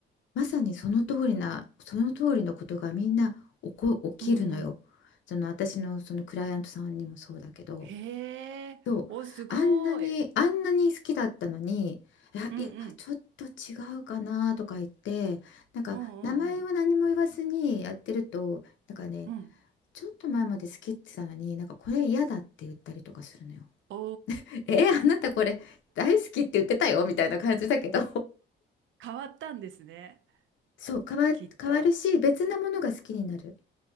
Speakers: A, on the left; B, on the right.
A: まさにその通りな、その通りのことがみんな起こ、起きるのよ。
B: うんうん。
A: その私のそのクライアントさんにもそうだけど。
B: へえ。
A: そう、
B: お、すごい。
A: あんなにあんなに好きだったのにいや今ちょっと違うかなとか言ってなんか名前は何も言わずにやってるとなんかね
B: うんうん。うんうんうん。うん。
A: ちょっと前まで好きって言ってたのになんかこれ嫌だって言ったりとかするのよ。
B: お
A: えあなたこれ大好きって言ってたよみたいな感じだけど
B: ー。変わったんですね。
A: <laughs> そう変わ、
B: きっと。
A: 変わるし別なものが好きになる